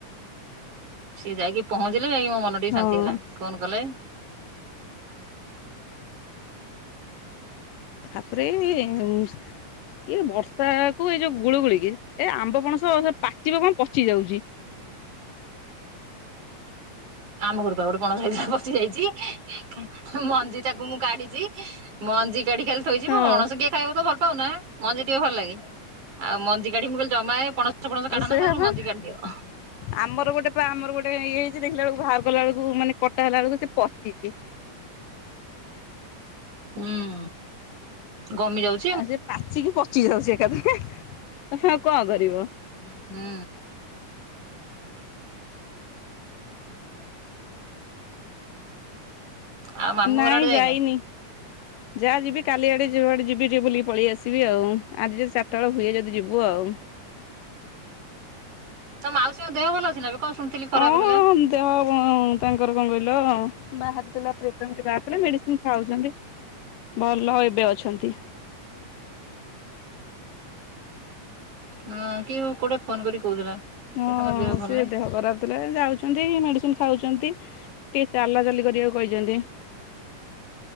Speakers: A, on the right; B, on the left.
A: ସିଏ ଯାଇକି ପହଞ୍ଚିଲେ ଯାଇକି ମୋ ମନ ଟିକେ
B: ହଁ
A: ଶାନ୍ତି ହେଲା। ଫୋନ୍ କଲେ।
B: ତାପରେ ଇଏ ବର୍ଷା କୁ ଏଇ ଯୋଉ ଗୁଳ ଗୁଳିକି ଏ ଆମ୍ବ ପଣସ ପାଚିବ କଣ ପଚି ଯାଉଚି।
A: ଆମ ଘରୁ ପା ଗୋଟେ ପଣସ ହେଇଥିଲା ପଚି ଯାଇଚି। ମଞ୍ଜି ଟାକୁ ମୁଁ କାଢିଚି ମଞ୍ଜି କାଢି ଖାଲି ଥୋଇଚି।
B: ହଁ
A: ପଣସ କିଏ ଖାଇବାକୁ ତ ଭଲ ପାଉନା। ମଞ୍ଜି ଟିକେ ଭଲ ଲାଗେ। ଆଉ ମଞ୍ଜି କାଢିକି ମୁଁ କହିଲି ଜମା ଏ ପଣସ ଫଣସ କାଢନା
B: ସେଇଆ
A: ତା ଦେହରୁ
B: ବା
A: ମଞ୍ଜି କାଢିଦିଅ।
B: ଆମର ଗୋଟେ ପା ଆମର ଗୋଟେ ଇଏ ହେଇଚି, ଦେଖିଲା ବେଳକୁ ବାହାର ଗଲା ବେଳକୁ ମାନେ କଟା ହେଲା ବେଳକୁ ସେ ପଚିଚି। <inaudible>
A: ହୁଁ, ଗମି ଯାଉଚି।
B: ଆଉ ସେ ପାଚିକି ପଚି ଯାଉଚି ଏକାଥରେ। ଆଉ ସେଇୟା କୁ କଣ କରିବ।
A: ହୁଁ ହୁଁ। ଆଉ ମାମୁଁ
B: ନାଇଁ
A: ଘର ଆଡେ ଯାଇନା
B: ଯାଇନି। ଯାହା ଯିବି କାଲିଆଡ଼େ ଯୁଆଡ଼େ ଯିବି ଟିକେ ବୁଲିକି ପଳେଇ ଆସିବି ଆଉ। ଆଜି ଯଦି ଚାରିଟା ବେଳେ ହୁଏ ଯଦି ଯିବୁ ଆଉ।
A: ତ ମାଉସୀଙ୍କ ଦେହ ଭଲ ଅଛି ନା ଏବେ? କଣ ଶୁଣିଥିଲି
B: ହଁ
A: ଖରାପ ଥିଲା।
B: ଦେହ ତାଙ୍କର କଣ କହିଲ ବାହାରିଥିଲା ପ୍ରିଭେନ୍ତି ବାହାରିଥିଲା ମେଡିସିନ ଖାଉଚନ୍ତି ଭଲ ଏବେ ଅଛନ୍ତି।
A: ହ କିଏ ମ କୋଟେ ଫୋନ କରି କହୁଥିଲା।
B: ହଁ
A: ତାଙ୍କ ଦେହ ଭଲ
B: ସେ
A: ନାହିଁ
B: ଦେହ ଖରାପ ଥିଲା ଯାଉଚନ୍ତି ମେଡିସିନ ଖାଉଚନ୍ତି। ଟିକେ ଚାଲା ଚାଲି କରିବାକୁ କହିଚନ୍ତି।